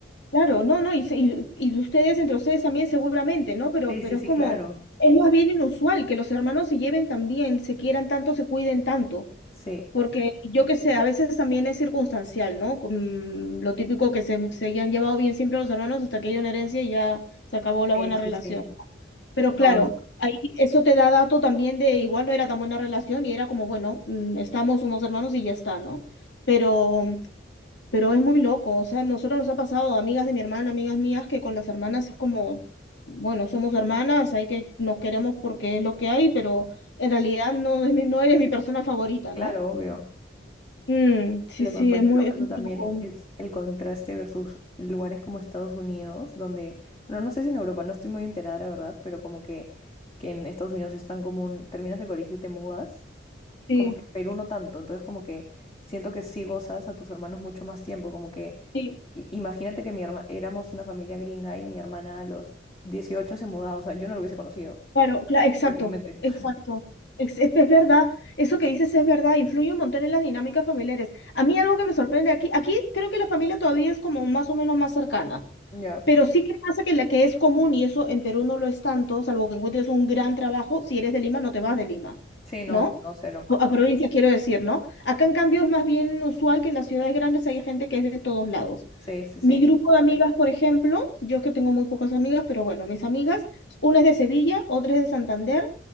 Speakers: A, on the left; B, on the left.
A: claro, no, no, y, se- y, y ustedes, entre ustedes también seguramente, ¿no? Pero,
B: Sí,
A: pero
B: sí, sí,
A: es como,
B: claro.
A: es más bien inusual que los hermanos se lleven tan bien, se quieran tanto, se cuiden tanto.
B: Sí,
A: Porque yo que sé, a veces también es circunstancial, ¿no? Con lo típico que se, se han llevado bien siempre los hermanos hasta que hay una herencia y ya se acabó la
B: sí,
A: buena
B: sí,
A: relación.
B: sí.
A: Pero
B: No,
A: claro,
B: no,
A: ahí eso te da dato también de igual no era tan buena relación y era como, bueno, mm, estamos, somos hermanos y ya está, ¿no? Pero, pero es muy loco, o sea, a nosotros nos ha pasado, amigas de mi hermana, amigas mías, que con las hermanas es como, bueno, somos hermanas, hay que, nos queremos porque es lo que hay, pero en realidad no, es mi- no eres mi persona favorita,
B: claro,
A: ¿no?
B: obvio.
A: Mm, sí,
B: Lo
A: sí,
B: que me parece
A: es muy,
B: lo caso
A: es muy
B: también
A: loco.
B: es el contraste versus lugares como Estados Unidos, donde, bueno, no sé si en Europa, no estoy muy enterada, la verdad, pero como que, que en Estados Unidos es tan común, terminas el colegio y te mudas,
A: Sí,
B: como que en Perú no tanto, entonces como que siento que sí gozas a tus hermanos mucho más tiempo, como que
A: sí,
B: i- imagínate que mi herma, éramos una familia gringa y mi hermana a los 18 se mudaba, o sea, yo no lo hubiese conocido,
A: claro, cla- exacto,
B: prácticamente.
A: exacto.
B: <laughs>
A: Es, es- es verdad, eso que dices es verdad, influye un montón en las dinámicas familiares. A mí algo que me sorprende aquí, aquí creo que la familia todavía es como más o menos más cercana.
B: Ya.
A: Pero sí que pasa que la que es común, y eso en Perú no lo es tanto, salvo que encuentres un gran trabajo, si eres de Lima, no te vas de Lima,
B: Sí, no,
A: ¿no?
B: no, cero.
A: O- A provincias quiero decir, ¿no? Acá en cambio es más bien usual que en las ciudades grandes haya gente que es de todos lados.
B: Sí, sí, sí.
A: Mi grupo de amigas, por ejemplo, yo es que tengo muy pocas amigas, pero bueno, mis amigas, una es de Sevilla, otra es de Santander,